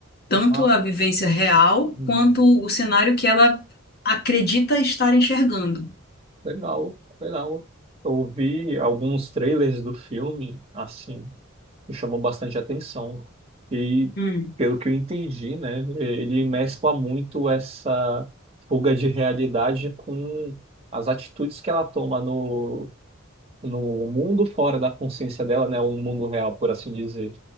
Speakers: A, on the left; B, on the right.
A: Tanto
B: ah,
A: a vivência real
B: hum,
A: quanto o cenário que ela acredita estar enxergando.
B: legal, legal. Eu vi alguns trailers do filme, assim, me chamou bastante atenção. E
A: Hum.
B: pelo que eu entendi, né, ele mescla muito essa fuga de realidade com as atitudes que ela toma no no mundo fora da consciência dela, né? O mundo real, por assim dizer.